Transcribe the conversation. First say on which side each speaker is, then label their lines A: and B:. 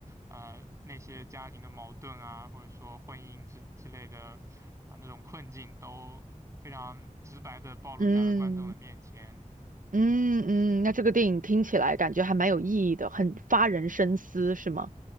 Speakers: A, on the right; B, on the right.
A: 呃那些家庭的矛盾啊，或者说婚姻之之类的啊、那种困境，都非常直白的暴露在了观众的面前。
B: 嗯。嗯嗯，那这个电影听起来感觉还蛮有意义的，很发人深思，是吗？